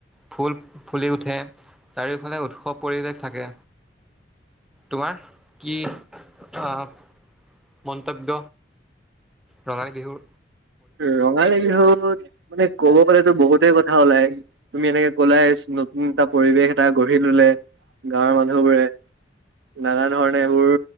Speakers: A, in the centre; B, on the right.
A: ফুল ফুলি উঠে চাৰিওফালে উৎসৱ পৰিৱেশ থাকে তোমাৰ কি অ'হ মন্তব্য ৰঙালী বিহু
B: ৰঙালী বিহু ত মানে ক'ব গ'লেতো বহুতেই কথা ওলাই তুমি এনেকে ক'ললে নতুন এটা পৰিৱেশ এটা গঢ়ি চবে ললে গাঁৱৰ মানুহ বোৰে নানান ধৰণৰ এইবোৰ